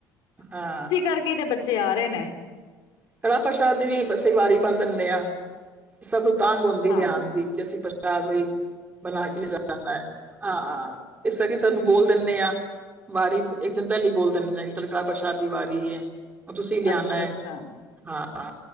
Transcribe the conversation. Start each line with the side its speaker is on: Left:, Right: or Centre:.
Right: ਹਾਂ।
Left: ਇਸ ਕਰਕੇ ਈ ਤੇ ਬੱਚੇ ਆ ਰਏ ਨੇ।
Right: ਕੜਾ ਪ੍ਰਸ਼ਾਦ ਦੀ ਵੀ ਬਸੀਂ ਵਾਰੀ ਬੰਨ ਦਿੰਨੇ ਆਂ, ਸਭ ਨੂੰ ਤਾਂਘ ਹੁੰਦੀ
Left: ਹਾਂ
Right: ਲਿਆਣ ਦੀ। ਕੀ ਅਸੀਂ ਪ੍ਰਸ਼ਾਦ ਵਈ ਬਣਾ ਕੇ ਲੈ ਜਾਣਾ ਐ। ਆ ਹਾਂ ਇਸ ਕਰਕੇ ਸਾਨੂੰ ਬੋਲ ਦਿੰਦੇ ਆਂ, ਵਾਰੀ ਇੱਕ ਦਿਨ ਪੈਲੇ ਈ ਬੋਲ ਦਿੰਨੇ ਆਂ ਕੱਲ ਕੜਾ ਪ੍ਰਸ਼ਾਦ ਦੀ ਵਾਰੀ ਏ। ਓ ਤੁਸੀਂ ਲਿਆਣਾ
Left: ਅੱਛਾ ਅੱਛਾ
Right: ਐ। ਹਾਂ